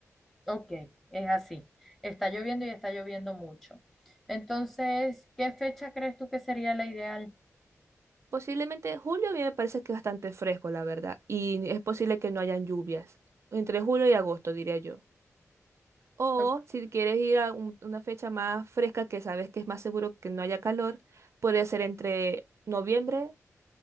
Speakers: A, in the centre; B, on the right.
A: Ok, es así. Está lloviendo y está lloviendo mucho. Entonces, ¿qué fecha crees tú que sería la ideal?
B: Posiblemente julio a mí me parece que es bastante fresco, la verdad, y es posible que no hayan lluvias, entre julio y agosto, diría yo. O
A: O-
B: si quieres ir a un- una fecha más fresca que sabes que es más seguro que no haya calor, puede ser entre noviembre,